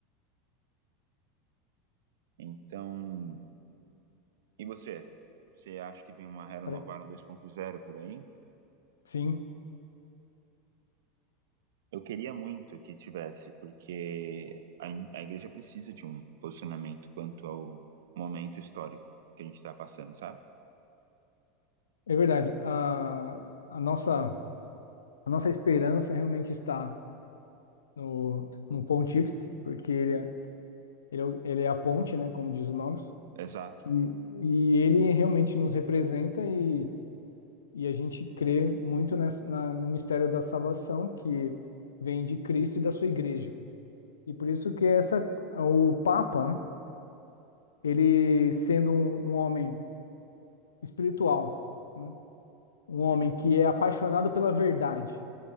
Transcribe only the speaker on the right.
Então, E você? Você acha que vem uma Hero
Novarum 2.0 por aí?
Eu queria muito que tivesse, porque a, a igreja precisa de um posicionamento quanto ao momento histórico que a gente está passando, sabe?
Exato.
Uhum,